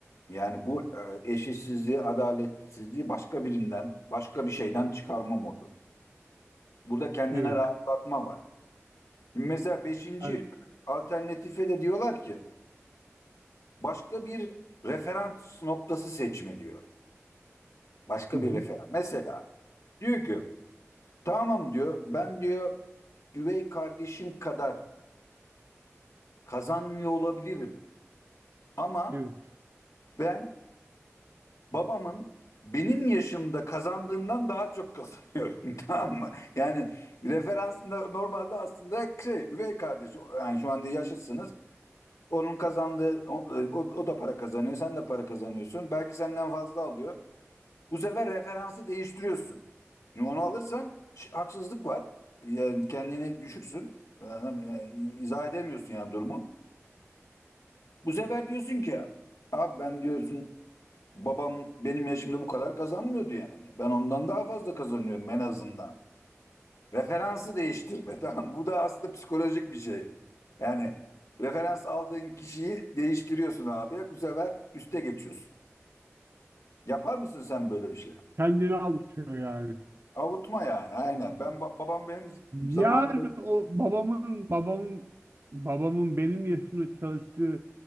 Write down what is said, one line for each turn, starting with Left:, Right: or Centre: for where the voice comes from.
Left: yani bu e, eşitsizliği adaletsizliği başka birinden başka bir şeyden çıkarma modu. Burada kendine
Right: evet.
Left: rahatlatma var. Şimdi mesela beşinci
Right: Yani,
Left: alternatife de diyorlar ki başka bir referans noktası seçme diyor. Başka
Right: hı hı,
Left: bir referans. Mesela diyor ki tamam diyor ben diyor üvey kardeşim kadar kazanmıyor olabilirim ama
Right: evet.
Left: ben babamın benim yaşımda kazandığından daha çok kazanıyorum <laughs> tamam mı? Yani referansında normalde aslında şey üvey kardeş yani şu anda yaşıtsınız Onun kazandığı o, o o da para kazanıyor, sen de para kazanıyorsun. Belki senden fazla alıyor. Bu sefer referansı değiştiriyorsun. Şimdi onu alırsan ş- haksızlık var. Yani kendini düşüksün. Yani, yani izah edemiyorsun yani durumu. Bu sefer diyorsun ki abi ben diyorsun babam benim yaşımda bu kadar kazanmıyordu yani. Ben ondan daha fazla kazanıyorum en azından. Referansı değiştirme <laughs> tamam mı? Bu da aslında psikolojik bir şey. Yani referans aldığın kişiyi değiştiriyorsun abi. Bu sefer üste geçiyorsun. Yapar mısın sen böyle bir şey?
Right: Kendini avutuyor yani.
Left: Avutma yani aynen. Ben ba- babam benim zamanında
Right: Yani
Left: böyle-
Right: o
Left: <laughs>
Right: babamın babamın babamın benim yaşımda çalıştığı